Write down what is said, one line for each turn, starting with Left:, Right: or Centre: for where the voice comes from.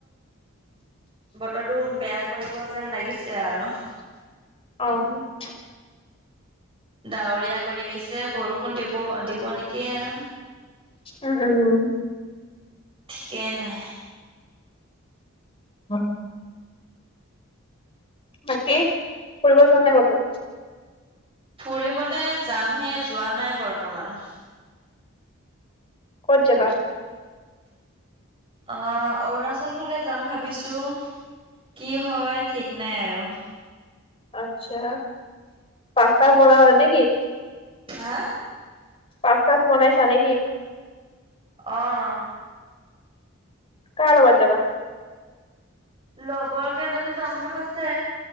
Left: <inaudible>
Right: বতৰটো বেয়া কৰিব যেন লাগিছে আৰু।
Left: অ'।
Right: ডাৱৰীয়া কৰি আহিছে বৰষুণ দিব, দিব নেকি আৰু।
Left: উম, উম।
Right: কেনে?
Left: <unintelligible> বাকী ফুৰিব যোৱা নাই ক'তো?
Right: ফুৰিবলে যামহে যোৱা নাই বৰ্তমান।
Left: ক'ত যাবা?
Right: অ', অৰুণাচল ফালে যাম ভাবিছো, কি হয় ঠিক নাই আৰু।
Left: আচ্ছা, পাচ-তাচ বনালা নে কি?
Right: হা?
Left: পাচ-চাচ বনাইছা নে কি?
Right: অ'।
Left: কাৰ লগত যাবা?
Right: লগৰ কেইজনী যাম বুলি কৈছে।